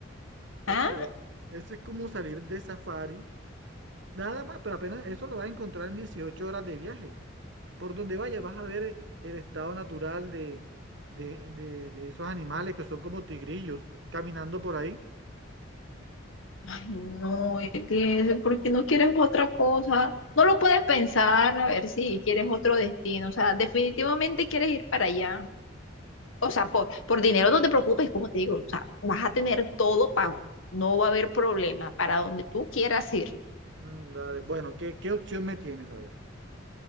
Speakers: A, on the right; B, on the left.
A: Oye,
B: ¿Ah?
A: ve, eso es como salir de safari, nada más, pero apenas eso lo vas a encontrar en 18 horas de viaje. Por donde vaya vas a ver eh, el estado natural de, de, de- de esos animales que son como tigrillos caminando por ahí.
B: Ay, no, Eliezer, ¿por qué no quieres otra cosa? No lo puedes pensar, a ver si quieres otro destino. O sea, definitivamente quieres ir para allá. O sea, por, por dinero no te preocupes, como te digo, o sea, vas a tener todo pago, no va a haber problema para donde tú quieras ir.
A: Mm, dale, bueno, ¿qué, qué opción me tienes? A ver.